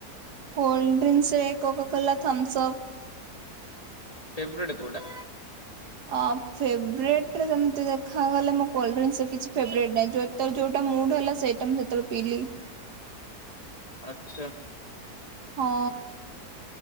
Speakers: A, on the right; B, on the left.
A: କୋଲଡ୍ରିଙ୍କସ୍ ରେ କୋକାକୋଲା ଥମ୍ସଅପ୍
B: ଫେବ୍ରେଟ୍ କୋଉଟା?
A: ଆଁ ଫେବ୍ରେଟରେ ଯେମିତି ଦେଖାଗଲେ ମୁଁ କୋଲଡ୍ରିଙ୍କସ୍ ରେ କିଛି ଫେବ୍ରେଟ୍ ନାହିଁ ଯ ଯେତେବେଳେ ଯୋଉଟା ମୁଡ୍ ହେଲା ସେଇଟା ମୁଁ ସେତେବେଳେ ପିଇଲି।
B: ଆଛା।
A: ହଁ।